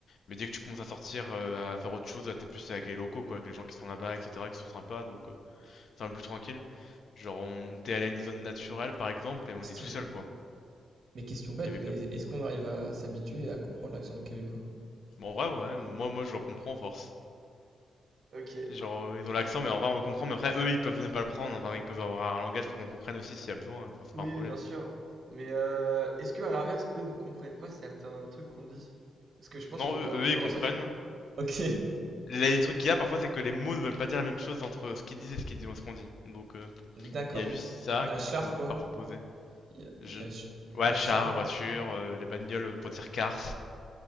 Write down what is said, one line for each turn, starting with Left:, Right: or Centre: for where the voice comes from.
Left: Mais dès que tu commences à sortir, euh, à faire autre chose, t'es plus avec les locaux, quoi, avec les gens qui sont là-bas, etc., qui sont sympas, donc euh, c'est un peu plus tranquille. Genre, on était allé à une zone naturelle, par exemple, et on
Right: stylé.
Left: était tout seul, quoi,
Right: Mais question bête,
Left: avec
Right: mais
Left: nous.
Right: est-ce qu'on arrive à s'habituer à comprendre l'accent québécois?
Left: Bon, en vrai, ouais, moi, moi, je le comprends, en force.
Right: Ok,
Left: Genre, euh, ils ont l'accent, mais en vrai, on le comprend. Mais après, eux, ils peuvent ne pas le prendre. Enfin, ils peuvent avoir un langage pour qu'on comprenne aussi s'il y a besoin. donc C'est
Right: oui,
Left: pas un problème.
Right: bien sûr. Mais euh, est-ce que à l'inverse, eux ne comprennent pas certains trucs qu'on dit? Parce que je pense
Left: Non,
Right: qu'on
Left: eux,
Right: voit
Left: eux,
Right: beaucoup
Left: ils
Right: dans
Left: comprennent.
Right: la sens. Ok,
Left: Les trucs qu'il y a parfois, c'est que les mots ne veulent pas dire la même chose entre ce qu'ils disent et ce qu'ils disent, ce qu'on dit. Donc, euh,
Right: D'accord.
Left: il y a juste ça
Right: À Char,
Left: qui peut
Right: quoi.
Left: parfois poser.
Right: Il y a,
Left: Je...
Right: il y a Ch-
Left: Ouais,
Right: il y
Left: char,
Right: a Char, hein.
Left: voiture, euh, les bagnoles pour dire cars,